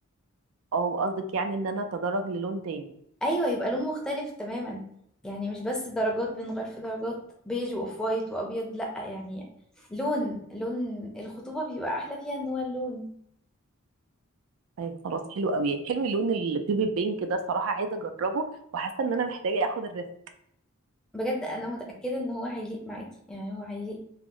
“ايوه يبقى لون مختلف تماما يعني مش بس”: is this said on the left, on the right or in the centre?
Centre